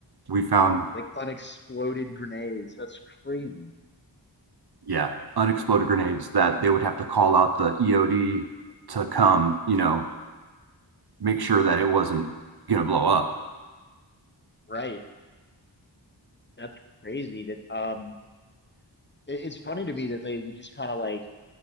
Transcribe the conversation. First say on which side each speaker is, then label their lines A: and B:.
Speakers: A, on the right (about 60°); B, on the left (about 25°).
A: we found,
B: Like unexploded grenades. That's crazy.
A: yeah, unexploded grenades that they would have to call out the EOD to come, you know, make sure that it wasn't going to blow up.
B: Right. That's crazy that um it, it's funny to me that they would just kind of like